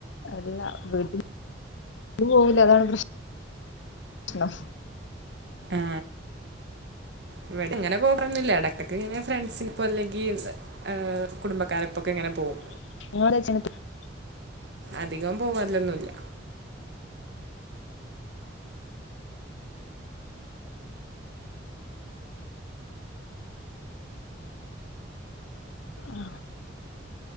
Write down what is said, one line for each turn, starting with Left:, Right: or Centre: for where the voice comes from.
Left: അല്ല വീട്ടിൽ പോവില്ല അതാണ് പ്രശ്നം <unintelligible>
Right: ആ ഇവിടെ അങ്ങനെ പോറന്നില്ല ഇടയ്ക്കൊക്കെ ഇങ്ങനെ ഫ്രണ്ട്സിന് ഇപ്പോ അല്ലെങ്കിൽ കുടുംബക്കാരപ്പോൊക്കെ അങ്ങനെ പോകും
Left: <unintelligible>
Right: അധികം പോവാില്ലൊന്നുല്ല
Left: ആ